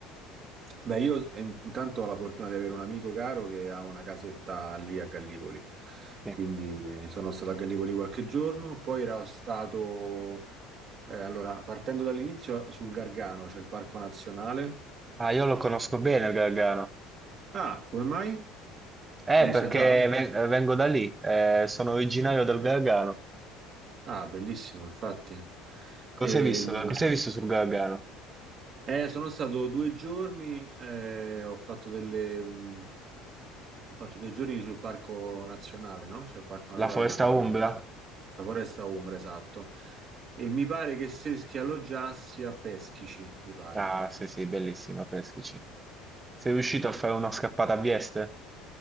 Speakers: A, on the right; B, on the right.
A: Beh, io eh, intanto ho la fortuna di avere un amico caro che ha una casetta lì a Gallipoli,
B: Sì.
A: quindi eh, sono stato a Gallipoli qualche giorno, poi ero stato, eh, allora, partendo dall'inizio, sul Gargano, c'è il Parco Nazionale.
B: Ah, io lo conosco bene il Gargano.
A: Ah, come mai?
B: Eh,
A: L'hai visto
B: perché
A: già?
B: ven- eh, vengo da lì, eh, sono originario
A: Ah,
B: del Gargano.
A: ah, bellissimo, infatti.
B: Cos'hai
A: E,
B: visto?
A: mh,
B: Cos'hai visto sul Gargano?
A: eh, sono stato due giorni, eh, ho fatto delle... mh, Ho fatto due giorni sul Parco Nazionale, no? C'è il Parco Naturale
B: La foresta
A: del Gargano.
B: Umbra?
A: La foresta Umbra, esatto. E mi pare che se che alloggiassi a Peschici, mi pare.
B: Ah, sì, sì, bellissima, peschici. Sei
A: Sì.
B: riuscito a fare una scappata a Vieste?